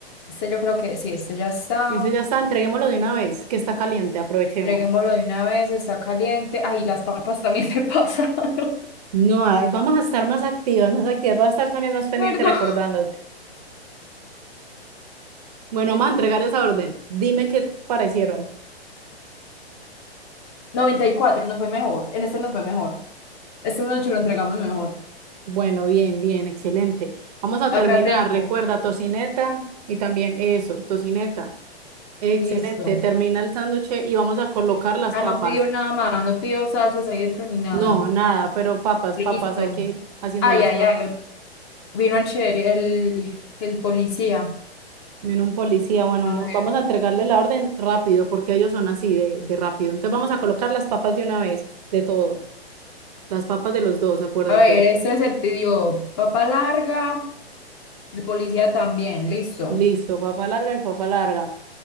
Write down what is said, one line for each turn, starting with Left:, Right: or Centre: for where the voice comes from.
Left: Este yo creo que sí, este ya está.
Right: Y ese ya está, entreguémoslo de una vez, que está caliente, aprovechemos.
Left: Entreguémoslo de una vez, está caliente. Ay, las papas también se pasaron, <laughs>
Right: No, ay, vamos a estar más activas, más activas. Vas a estar también más pendiente
Left: perdón.
Right: recordándote. Bueno, vamos a entregar esa orden. Dime qué parecieron.
Left: 94, nos fue mejor. En este nos fue mejor. Esta noche lo entregamos mejor.
Right: Bueno, bien, bien, excelente. Vamos a
Left: Acá
Right: terminar.
Left: tengo.
Right: Recuerda, tocineta y también eso, tocineta. Excelente.
Left: Listo.
Right: Termina el sándwich y vamos a colocar las
Left: Ah,
Right: papas.
Left: no pidió nada más, no pidió salsas ahí dentro ni nada.
Right: No, nada, pero papas,
Left: Listo.
Right: papas, hay que ir haciendo
Left: Ay,
Right: las
Left: ay,
Right: papas.
Left: ay. ot- Vino el sheriff, el, el policía.
Right: Viene un policía, bueno,
Left: A
Right: mo-
Left: ver.
Right: vamos a entregarle la orden rápido porque ellos son así de, de rápido. Entonces vamos a colocar las papas de una vez, de todo. Las papas de los dos, acuérdate.
Left: A ver, este se pidió papa larga. El policía también, listo.
Right: Listo, papa larga y papa larga.